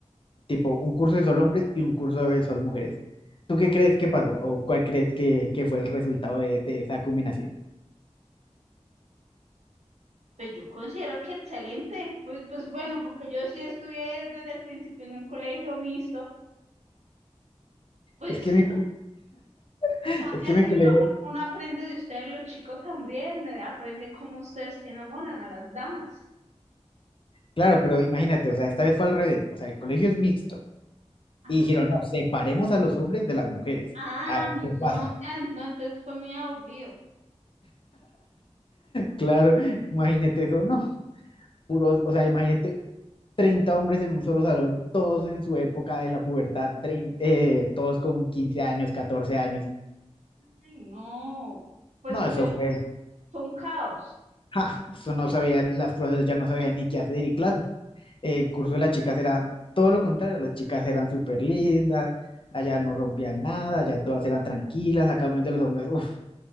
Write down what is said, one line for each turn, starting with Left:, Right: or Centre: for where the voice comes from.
Left: Tipo, un curso de solo hombres y un curso de solo mujeres. ¿Tú qué crees que pasó? ¿O cuál crees que, que fue el resultado de, de esa combinación?
Right: Pues yo considero que excelente, pues, pues bueno, porque yo sí estudié desde el principio en un colegio mixto, pues
Left: Es que mi,
Right: o
Left: cole- <laughs>
Right: sea,
Left: es
Right: es
Left: que mi
Right: que
Left: colegio,
Right: uno, un- uno aprende de ustedes, los chicos también, eh, aprende cómo ustedes enamoran a las damas.
Left: claro, pero imagínate, o sea, esta vez fue al revés. O sea, el colegio es mixto.
Right: Ah,
Left: Y dijeron, no, separemos a los hombres de las mujeres.
Right: ah,
Left: A ver
Right: no,
Left: qué pasa. <laughs>
Right: ah, no, entonces fue muy aburrido.
Left: Claro, imagínate eso, no, puro, o sea, imagínate 30 hombres en un solo salón, todos en su época de la pubertad, trein- eh, todos con 15 años, 14 años.
Right: Ay, no, pues
Left: No, eso
Right: fue,
Left: fue,
Right: fue un caos.
Left: ja, eso no sabían, las profesoras ya no sabían ni qué hacer y claro, el curso de las chicas era todo lo contrario, las chicas eran súper lindas, allá no rompían nada, allá todas eran tranquilas, a cambio de los hombres, uff,